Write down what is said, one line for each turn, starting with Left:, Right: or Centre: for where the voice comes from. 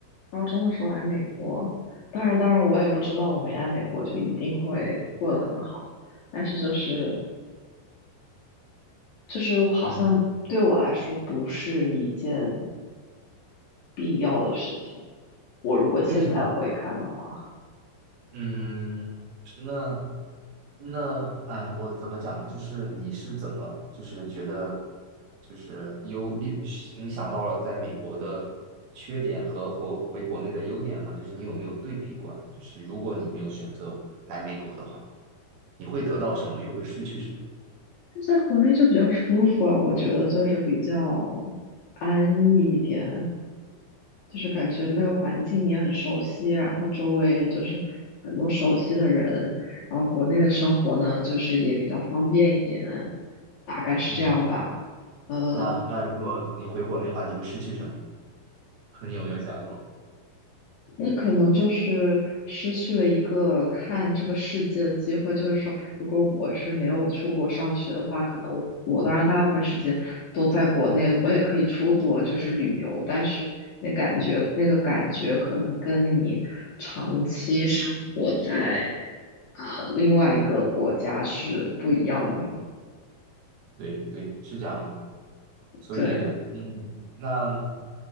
Left: 高中的时候来美国。当然，当然，我也不知道我没来美国就一定会过得很好。但是就是就是好像对我来说不是一件
Right: 嗯，
Left: 必要的事情。我如果现在回看的话，
Right: 为什么？嗯，那那哎，我怎么讲呢？就是你是怎么就是觉得就是优劣，你想到了在美国的缺点和回回国内的优点吗？就是你有没有对比过来？就是如果你没有选择来美国的话，你会得到什么，又会失去什么？
Left: 就在国内就比较舒服啊，我觉得就是比较安逸一点，就是感觉那个环境你也很熟悉，然后周围也就是很多熟悉的人，然后国内的生活呢，就是也比较方便一点，大概是这样吧。
Right: 嗯。
Left: 呃，
Right: 那那如果你回国内的话，你会失去什么呢？<laughs> 你有没有想过？
Left: 那可能就是失去了一个看这个世界的机会。就是说，如果我是没有出国上学的话，可能我当然大部分时间都在国内，我也可以出国就是旅游，但是那感觉那个感觉可能跟你长期生活在呃另外一个国家是不一样的嘛。
Right: 对对，是这样的。所以，
Left: 对，
Right: 嗯，那